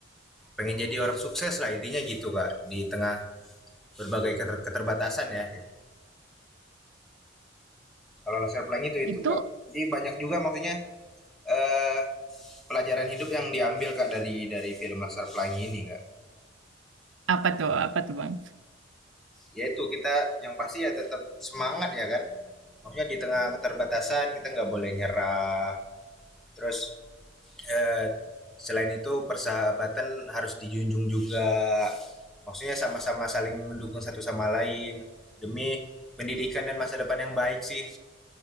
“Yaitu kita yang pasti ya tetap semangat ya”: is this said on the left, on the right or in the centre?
Centre